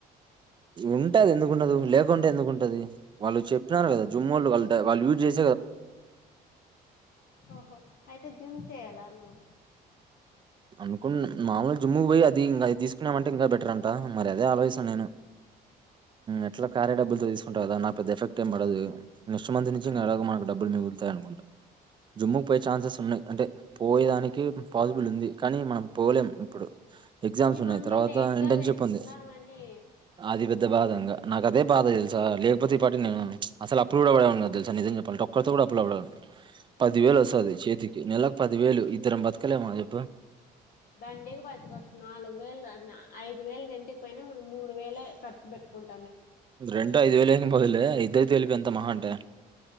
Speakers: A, on the right; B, on the left.
A: ఉంటది ఎందుకుంటండదు లేకుంటే ఎందుకుంటది వాళ్ళు చెప్పినారు కదా జుమ్ముల్లు వాళ్లు యూజ్ చే
B: ఓహో అయితే జిమ్ చేయలా నువు
A: అనుకుం మామూలుగా జిమ్ము కి పోయి అది ఇంకా అది తీసుకున్నామంటే ఇంకా బెటర్ అంట మరి అదే ఆలోచిస్తాను నేను ఎట్లా కార్య డబ్బులతో తీసుకుంటవు కదా నా పెద్ద ఎఫెక్ట్ ఏం పడదు నెక్స్ట్ మంత్ నుంచి ఇక ఎలా మకు డబ్బులు మిగుతా అనుకుంటా జిమ్ముకు పోయే ఛాన్సెస్ ఉన్నాయి అంటే పోయేదానికి పాసిబుల్ ఉంది కానీ మనం పోలేం ఇప్పుడు ఎగ్జామ్స్
B: మీ
A: ఉన్నాయి
B: మమ్మీ
A: తర్వాత
B: లేట్
A: ఇంటర్న్షిప్
B: గా వేస్తుందామని
A: ఉంది ఆది పెద్ద బాధంగా నాకు అదే బాధ తెలుసా లేకపోతే ఈ పాటికి నేను అసలు అప్పులు కూడా పడను కద తెలుసా నిజం చెప్పాలంటే ఒక్కరితో కూడా అప్పులు పడా పది వేలు
B: ఆ
A: వస్తది చేతికి నెలలకు పది వేలు ఇద్దరం బతకలేమ చెప్పు
B: దండిగా బతకచ్చు నాలుగు వేలు ఐదు వేలు రెంట్ కి పోయిన మూడు ఖర్చు పెట్టుకుంట
A: రెంట్ ఐదు వేలుం పోలే ఇద్దరు తెలిపి ఎంత మహా అంటే